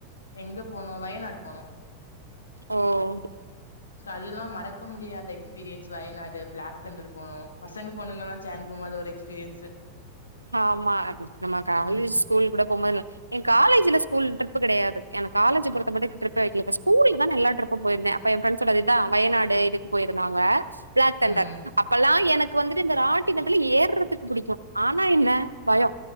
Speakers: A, on the left; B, on the right.
A: எங்க போனோ வயநாட் போனோ
B: ஓ
A: அதுல்லா மறக்க முடியாத எக்ஸ்பீரியன்ஸ் வயநாடு பிளாக் தண்டர் போனோ பசங்க பொண்ணுங்கலா சேர்ந்து போம்போது ஒரு எக்ஸ்பீரியன்சு
B: ஆமா நம்ம காலேஜ்
A: ம்,
B: ஸ்கூல் கூட போம்போது எ காலேஜ்ல ஸ்கூல் விட்டு தப்பு கிடையாது எனக்கு காலேஜ் பொறுத்தபட்டு ட்ரிப்பு வெக்கல ஸ்கூல்தா எல்லா ட்ரிப்பு போயிருந்தே அப்ப எ ஃபிரண்ட்ஸ் இதா வயாடு இதுக்கு போயிருந்தாங்க ஸ் பிளாக் தண்டர்
A: ம்.
B: அப்பெல்லா எனக் கு வந்துட்டு இந்த ராட்டிணத்தில ஏறதுக்கு புடிக்கு ஆனா என்ன பயொ